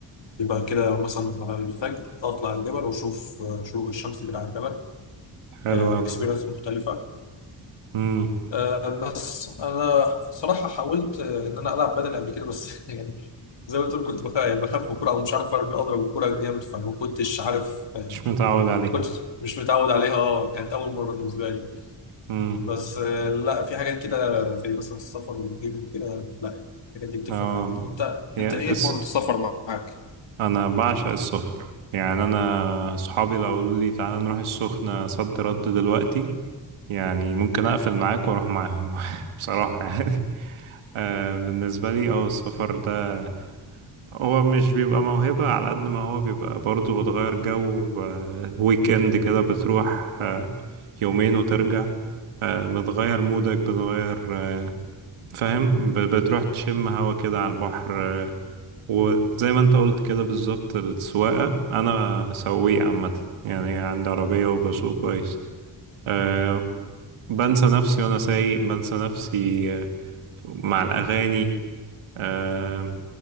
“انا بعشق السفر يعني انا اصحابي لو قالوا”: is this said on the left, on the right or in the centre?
Right